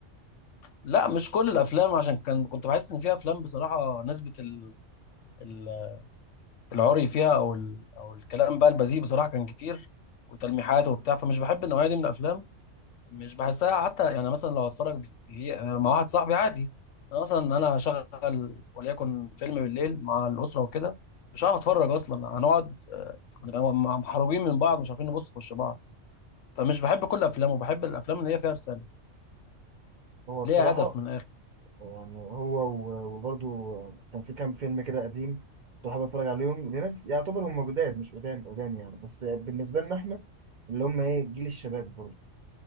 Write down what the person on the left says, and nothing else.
لا مش كل الافلام عشان كان كنت بحس ان فيها افلام بصراحه نسبه ال... ال... العري فيها او ال... او الكلام بقى البذيء بصراحه كان كتير وتلميحات وبتاع فمش بحب النوعيه دي من الافلام مش بحسها حتى يعني مثلا لو اتفرج في... مع واحد صاحبي عادي انا مثلا انا هشغل وليكن فيلم بالليل مع الاسره وكده مش هعرف اتفرج اصلا هنقعد آه، هنبقى م- محروجين من بعض مش عارفين نبص في وش بعض فمش بحب كل الافلام وبحب الافلام اللي هي فيها رساله
ليها
هدف من الاخر